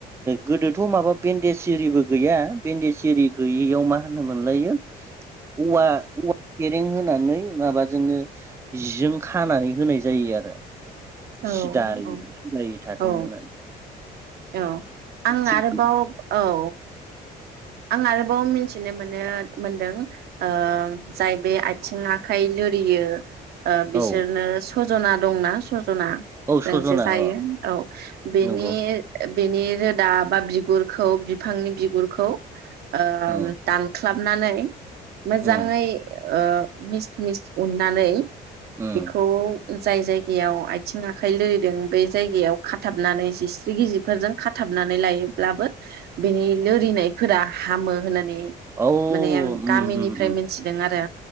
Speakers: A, on the right (about 15°); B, on the right (about 70°).
A: गोदोथ' माबा बेन्डेज एरिबो गैया बेन्डेज एरि गैयैयाव मा होनो मोनलायो औवा औवा फें होनानै माबाजोंनो जिजों खानानै होनाय जायो आरो
B: औ
A: सिदायै
B: औ
A: सिदायै थाथों
B: औ
A: होननानै
B: औ आं
A: थिग
B: आरोबाव औ आं आरोबाव मिथिनो मोनो मोनदों ओ जाय बे आथिं आखाइ लोरियो ओ
A: औ
B: बिसोरनो स सजना दंना सज जना
A: औ सजना
B: जोंजे जायो
A: अ
B: औ बेनि
A: नंगौ
B: बेनि रोदा बा बिगुरखौ बिफांनि बिगुरखौ ओम
A: उम
B: दानख ख्लाबनानै मोजाङै
A: उम
B: ओ मिस मिस उननानै
A: उम
B: बिखौ जाय जायगायाव आथिं आखाइ लोरिदों बे जायगायाव खाथाबनानै जिस्रि गिजिरफोरजों खाथाबनानै लायोब्लाबो बेनि लोरिनाय फोरा हामो होननानै
A: औ उम
B: माने आं गामिनिफ्राय
A: उम उम
B: मिथिदों आरो